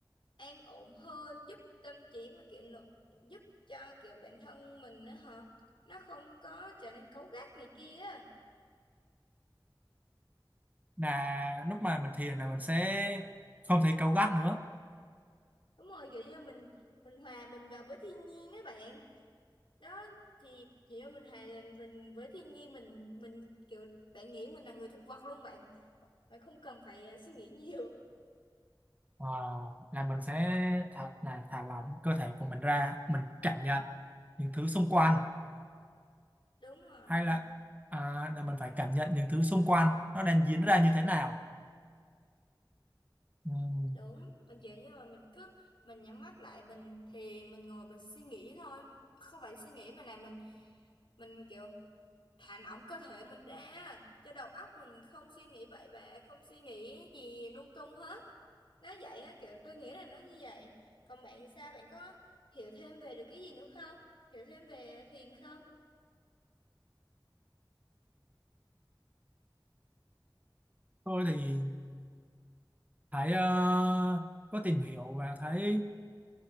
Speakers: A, on the left; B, on the right.
A: an ổn hơn giúp tâm trí mà kiểu nỗ- giúp cho kiểu bản thân mình á hả nó không có trở nên cấu gắt này kia á.
B: là lúc mà mình thiền là mình sẽ không thấy cáu gắt nữa
A: đúng rồi kiểu như mình mình hòa mình vào với thiên nhiên á bạn đó thì kiểu như mình hòa mình với thiên nhiên mình mình kiểu bạn nghĩ mình là người thực vật luôn bạn bạn không cần phải ờ, suy nghĩ nhiều
B: Ờ, là mình sẽ thật là thả lỏng cơ thể của mình ra mình cảm nhận những thứ xung quanh
A: đúng rồi
B: hay là à, là mình phải cảm nhận những thứ xung quanh nó đang diễn ra như thế nào Ừm,
A: đúng mình kiểu như mà mình cứ mình nhắm mắt lại mình thì mình ngồi mình suy nghĩ thôi không phải suy nghĩ mà là mình mình kiểu thả lỏng cơ thể mình ra cho đầu óc mình không suy nghĩ bậy bạ không suy nghĩ gì lung tung hết nó vậy á kiểu tôi nghĩ là nó như vậy còn bạn thì sao bạn có hiểu thêm về được cái gì nữa không hiểu thêm về thiền không
B: tôi thì thấy ờ, có tìm hiểu và thấy